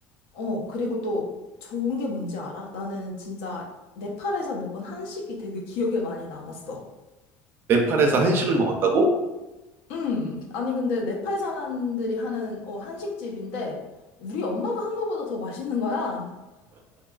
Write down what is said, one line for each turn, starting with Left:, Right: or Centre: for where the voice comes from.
Left: 어, 그리고 또 좋은 게 뭔지 알아? 나는 진짜 네팔에서 먹은 한식이 되게 기억에 많이 남았어.
Right: 네팔에서 한식을 먹었다고?
Left: 음, 아니, 근데 네팔 사람들이 하는, 어, 한식집인데, 우리 엄마가 한 거보다 더 맛있는 거야.